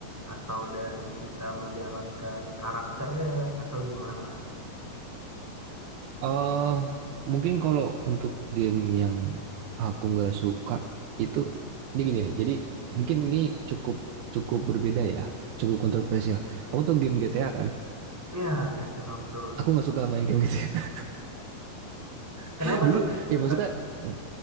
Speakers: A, in the centre; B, on the right.
A: atau dari kita menjalankan karakternya atau gimana
B: eh mungkin kalau untuk game yang aku nggak suka itu ini gini nih. Jadi mungkin ini cukup cukup berbeda ya, cukup kontroversial. Kamu tau game GTA kan?
A: ya Grand Theft Auto
B: Aku nggak suka main game GTA.
A: kenapa
B: <laughs> Dulu
A: tuh nggak suka,
B: ya maksudnya
A: kakak
B: mm,